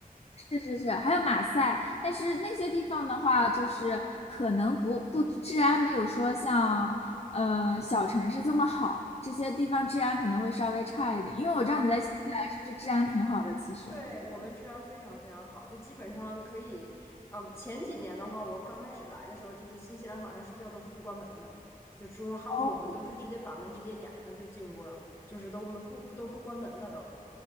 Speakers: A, on the left (about 45°); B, on the left (about 15°).
A: 是是是，还有马赛，但是那些地方的话，就是可能不不治安没有说像呃小城市这么好，这些地方治安可能会稍微差一点。因为我知道你在新西兰是不是治安挺好的？
B: <laughs>
A: 其实
B: 对，我们治安非常非常好，就基本上可以，嗯，前几年的话，我刚开始来的时候，就是新西兰晚上睡觉都是不关门的，就住的 house，
A: 哦，
B: 我们都哦是直接把门直接掩上就进屋了，就是都没不都不关门的都。